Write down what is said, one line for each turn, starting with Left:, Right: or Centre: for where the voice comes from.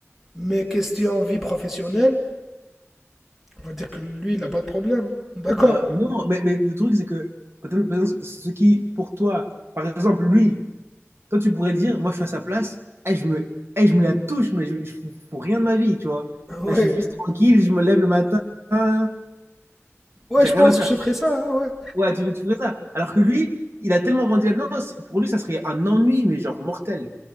Centre: Mais question vie professionnelle, on va dire que lui, il n'a pas de problème. D'accord.
Right: Euh, non, mais, mais le truc, c'est que peut-être peut-être ce qui, pour toi, par exemple, lui, toi, tu pourrais dire, moi, je suis à sa place, eh, je me, eh, je me la touche, mais je, je fous rien de ma vie, tu vois.
Centre: Ouais.
Right: Là, je suis juste tranquille, je me lève le matin, euh,
Centre: Ouais,
Right: j'ai
Centre: je
Right: rien
Centre: pense
Right: à faire,
Centre: que je
Right: quoi.
Centre: ferais ça, hein, ouais.
Right: Ouais, tu, tu ferais ça. Alors que lui, il a tellement grandi là-dedans, c'est- pour lui, ça serait un ennui, mais genre mortel.